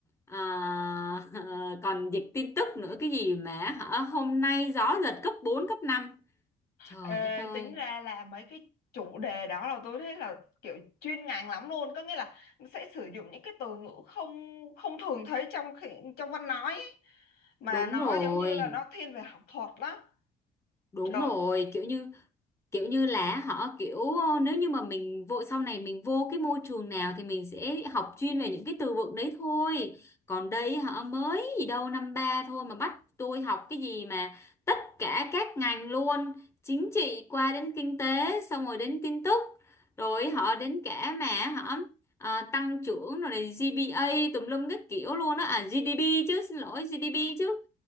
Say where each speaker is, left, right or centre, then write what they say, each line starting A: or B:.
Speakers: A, on the left; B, on the left.
A: Ờ, ờ, còn dịch tin tức nữa cái gì mà hả? Hôm nay gió giật cấp 4 cấp năm Trời
B: Ê,
A: đất ơi.
B: tính ra là mấy cái chủ đề đó là tôi thấy là kiểu chuyên ngành lắm luôn có nghĩa là sẽ sử dụng những cái từ ngữ không không thường thấy trong khi, trong văn nói ấy. mà
A: Đúng
B: nó
A: rồi.
B: giống như là nó thiên về học thuật lắm
A: Đúng
B: trời
A: rồi, kiểu như kiểu như là họ kiểu nếu như mà mình vô sau này mình vô cái môi trường nào thì mình sẽ học chuyên về những cái từ vựng đấy thôi còn đây họ mới gì đâu năm ba thôi mà bắt tôi học cái gì mà tất cả các ngành luôn chính trị qua đến kinh tế xong rồi đến tin tức rồi họ đến cả mà họ à, tăng trưởng rồi này GPA tùm lum các kiểu luôn á à GDP chứ xin lỗi GDP chứ